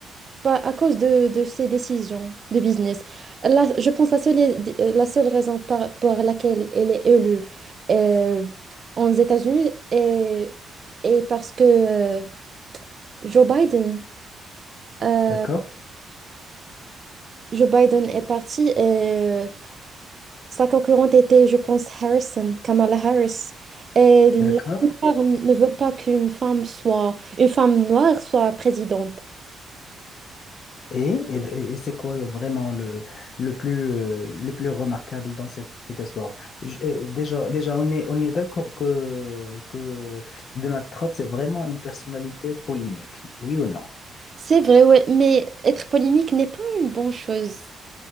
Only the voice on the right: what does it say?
Pas à cause de, de ces décisions de business. Là, je pense la seule, la seule raison par- pour laquelle elle est élue euh, aux États-Unis est, est parce que euh, Joe Biden, euh,
Joe Biden est parti et euh, sa concurrente était, je pense, Harrison, Kamala Harris. Et la
plupart ne veut pas qu'une femme soit, une femme noire soit présidente.
C'est vrai, ouais, mais être polémique n'est pas une bonne chose.